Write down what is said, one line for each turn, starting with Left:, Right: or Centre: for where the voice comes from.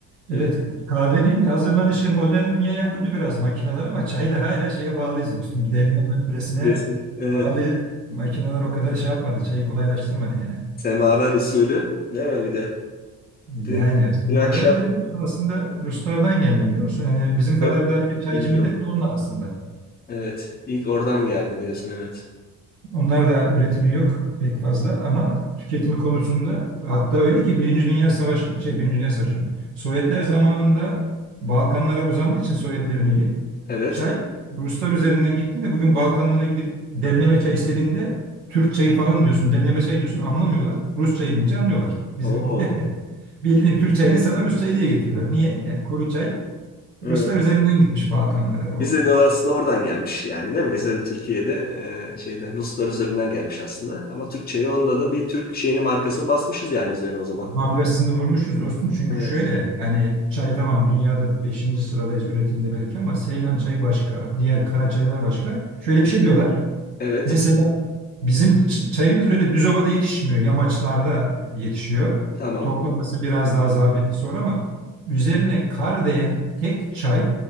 Right: Evet,
Left: E,
Right: kahvenin hazırlanışı modern dünyaya uydu biraz makineler ama çayda hala şeye bağlıyız dostum. Demleme süresine
Left: resmi. Evet.
Right: bağlı makineler o kadar şey yapmadı, çayı kolaylaştırmadı yani.
Left: Semaver usulü. Değil mi bir de?
Right: Yani
Left: Dün,
Right: semaver
Left: dün akşam
Right: de biliyorsun aslında Ruslardan gelme biliyor musun? Yani bizim kadar
Left: yok
Right: da bir çaycı
Left: Bilmiyorum.
Right: millet de onlar aslında.
Left: Evet. İlk oradan gelme diyorsun evet.
Right: Onlar da üretimi yok pek fazla ama tüketimi konusunda hatta öyle ki Birinci Dünya Savaşı şey Birinci Dünya Savaşı diyorum. Sovyetler zamanında Balkanlara uzandığı için Sovyetlerin eli
Left: Evet.
Right: Çay Ruslar üzerinden gittin de bugün Balkanlara gidip demleme çay istediğinde Türk çayı falan diyorsun. Demleme çayı diyorsun anlamıyorlar. Rus çayı deyince anlıyorlar. Bizim
Left: Oo.
Right: <laughs> bildiğin Türk çayını sana Rus çayı diye getiriyorlar. Niye? E, kuru çay Ruslar
Left: Evet.
Right: üzerinden gitmiş Balkanlara. O
Left: Bize de aslında oradan gelmiş yani değil mi? Bize de Türkiye'de e, şeyden Ruslar üzerinden gelmiş aslında. Ama Türkçeyi onda da bir Türk şeyini markasını basmışız yani üzerine o zaman.
Right: damgasını vurmuşuz dostum. Çünkü
Left: Evet.
Right: şöyle yani çay tamam dünyada beşinci sıradayız üretimde belki ama Seylan çayı başka, diğer kara çaylar başka. Şöyle bir şey diyorlar.
Left: Evet.
Right: Mesela bizim ç- çayımız öyle düz ovada yetişmiyor. Yamaçlarda yetişiyor.
Left: Tamam.
Right: Toplaması biraz daha zahmetli sonra ama üzerine kar değen tek çay